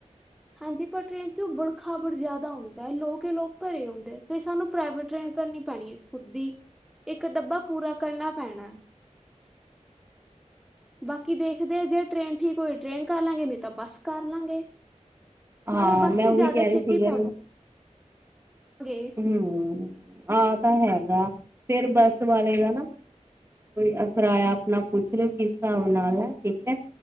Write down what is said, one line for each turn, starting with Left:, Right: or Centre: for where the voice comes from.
Centre: ਹਾਂਜੀ ਪਰ ਟ੍ਰੇਨ ਚ ਉਬੜ, ਖਾਬੜ ਜਾਦਾ ਹੁੰਦੈ, ਲੋਕ ਏ ਲੋਕ ਭਰੇ ਹੁੰਦੇ ਤੇ ਸਾਨੂੰ ਪ੍ਰਾਈਵੇਟ ਟ੍ਰੇਨ ਕਰਨੀ ਪੈਣੀ ਐ, ਖੁੱਦ ਦੀ, ਇੱਕ ਡੱਬਾ ਪੂਰਾ ਕਰਨਾ ਪੈਣਾ। ਬਾਕੀ ਦੇਖਦੇ ਜੇ ਟ੍ਰੇਨ ਠੀਕ ਹੋਈ ਟ੍ਰੇਨ ਕਾਰ ਲਾਂਗੇ, ਨਈ ਤਾਂ ਬਾਸ ਕਾਰ ਲਾਂਗੇ।
Right: ਹਾਂ
Centre: ਨਾਲੇ਼, ਬਸ
Right: ਮੈਂ
Centre: ਚ
Right: ਉਹੀ
Centre: ਜਿਆਦਾ
Right: ਕਹਿ ਰਹੀ
Centre: ਛੇਤੀ,
Right: ਸੀਗਾ
Centre: <inaudible> ਪੋਨ, ਗੇ।
Right: ਹੂੰ, ਆਹ ਤਾਂ ਹੈਗਾ, ਫੇਰ ਬੱਸ ਵਾਲੇ ਦਾ ਨਾ ਕੋਈ ਅ ਕਿਰਾਇਆ ਅਪਣਾ ਪੁੱਛ ਲਿਓ ਕਿਸ ਹਿਸਾਬ ਨਾਲ ਐ, ਠੀਕ ਐ।